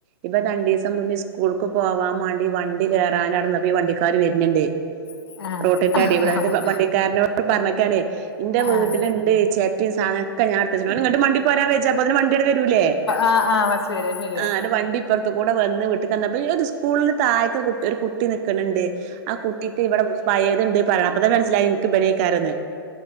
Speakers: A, on the right (about 40°); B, on the left (about 80°).
A: ഇപ്പൊ രണ്ടു ദിവസം മുന്നേ സ്കൂൾക്ക് പോവാൻ വേണ്ടി വണ്ടി കയറാനവിടെ വണ്ടിക്കാര് വരുന്നുണ്ട്
B: ആഹ്
A: റോട്ടിന്റെ അടി
B: ആഹ്
A: ഇവിടെവന്നിട്ട് വണ്ടിക്കാരനോട് പറഞ്ഞ കണ് എന്റെ വീട്ടിലുണ്ട്
B: ആഹ്
A: ചിരട്ടയും സാധനം ഞാ ഇങ്ങട്ട് വണ്ടി പോരാൻ വച്ചപ്പ അതിന് വണ്ടിയടെ വരൂല്ലേ
B: ആ ആ വസുവര ശരിയാ
A: ആ വണ്ടിപ്പറത്ത കൂടെ വന്ന് വീട്ട് കന്നപ്പോ ഒരു സ്കൂളി തയ് ഒരു കുട്ടി നിക്കണണ്ട് ആ കുട്ടിക്ക് ഇവിടെ അണ്ട് പറയ അത് മനസിലായി എനിക്ക്ഭിനയിക്കാരന്ന്